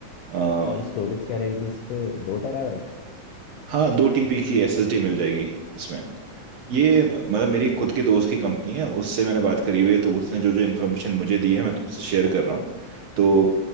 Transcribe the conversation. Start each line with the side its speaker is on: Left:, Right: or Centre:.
Right: अ,
Left: और स्टोरेज क्या रहेगी इस पे दो टेराबाइट
Right: हाँ दो टीबी की एस एस डी मिल जाएगी इसमें ये मतलब मेरी खुद के दोस्त की कंपनी है उससे मैंने बात करी हुई है तो उसने जो जो इन्फॉर्मेशन मुझे दी है मैं तुमसे शेयर कर रहा हूँ तो